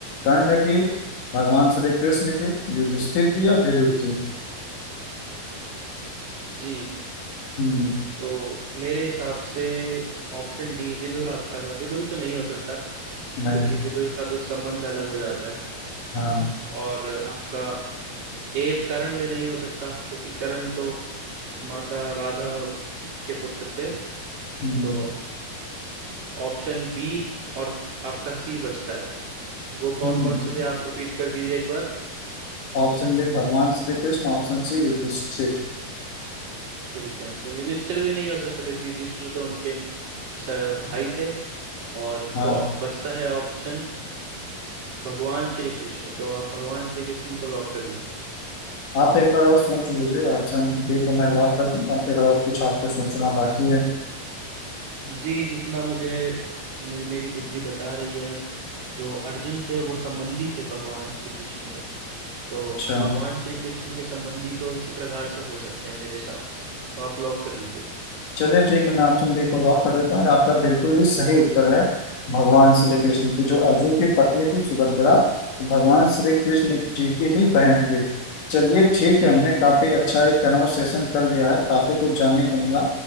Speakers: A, on the left; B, on the right.
A: कर्ण की भगवान श्री कृष्ण की युधिष्ठिर की या विदुर की
B: जी
A: हम्म,
B: तो मेरे हिसाब से ऑप्शन डी विदुर आपका था विदुर तो नहीं हो सकता
A: नहीं
B: क्योंकि विदुर का तो संबंध अलग हो जाता है
A: हाँ
B: और आपका ए करण भी नहीं हो सकता क्योंकि करण तो माता राधा के पुत्र थे
A: हम्म,
B: तो ऑप्शन बी और आपका सी बचता है वो कौन
A: हम्म।
B: कौन से थे आप रिपीट कर दीजिए एक बार
A: ऑप्शन बी भगवान श्री कृष्ण ऑप्शन सी युधिष्ठिर
B: ठीक है तो युधिष्ठिर भी नहीं हो सकता क्योंकि युधिष्ठिर तो उनके स- भाई थे और
A: हाँ
B: तो बचता है ऑप्शन भगवान श्री कृष्ण तो आप भगवान श्री कृष्ण को लॉक कर दीजिए
A: आप एक बार और सोच लीजिए ऑप्शन बी को मैं लॉक कर दूंगा फिर और कुछ आपको सोचना बाकी है
B: जी जितना मुझे मुझे मेरी बुद्धि बता रही है जो अर्जुन थे वो संबंधी थे भगवान श्री कृष्ण के तो
A: अच्छा
B: भगवान श्री कृष्ण के संबंधी तो इसी प्रकार से हो सकते हैं मेरे हिसाब से तो आप लॉक कर दीजिए
A: चलिए ठीक है मैं ऑप्शन बी को लॉक कर देता हूँ आपका बिल्कुल ही सही उत्तर है भगवान श्री कृष्ण की जो अर्जुन की पत्नी थी सुभद्रा तो भगवान श्री कृष्ण
B: जी
A: जी की ही बहन थी चलिए ठीक
B: जी
A: है हमने
B: जी
A: काफी अच्छा एक कन्वर्सेशन कर लिया है काफी कुछ जानने को मिला